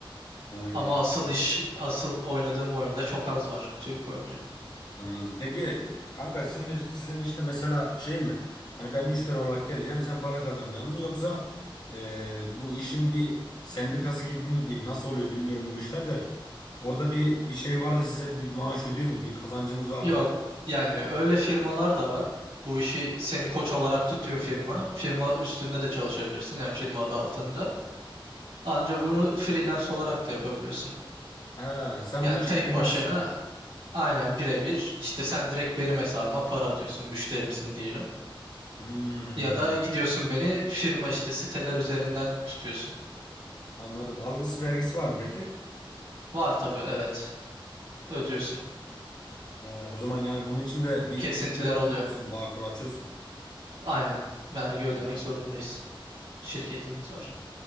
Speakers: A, on the left (about 50°); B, on the right (about 80°).
A: He.
B: Ama asıl iş, asıl oynadığım oyunda çok az var Türk oyuncu.
A: Anladım. Peki kanka sizin sizin işte mesela şey mi? Hani ben müşteri olarak geleceğim, sen para kazanacaksın mı? Yoksa e, bu işin bir sendikası
B: Hı hı.
A: gibi mi diyeyim? Nasıl oluyor bilmiyorum bu işler de. Orada bir bir şey var da size bir maaş ödüyor mu? Bir kazancınız var
B: Yok
A: mı?
B: yani öyle firmalar da var. Bu işi seni koç olarak tutuyor firma. Firma üstünde de çalışabilirsin yani firma adı altında. Ancak bunu freelance olarak da yapabiliyorsun.
A: Ha, sen
B: Yani
A: bu iş
B: tek
A: freelance
B: başına
A: yapıyorsun.
B: aynen birebir işte sen direkt benim hesabıma para atıyorsun müşterimsin diyelim.
A: Hmm,
B: Ya da gidiyorsun beni firma işte siteler üzerinden tutuyorsun.
A: anladım. Algısı vergisi var mı peki?
B: Var tabii evet ödüyorsun.
A: E, o zaman yani bunun için de bir
B: Kesintiler
A: şirket açıyorsun,
B: oluyor.
A: sen Bağkur açıyorsun.
B: Aynen vergi ödemek
A: Hmm.
B: zorundayız. şirketimiz var.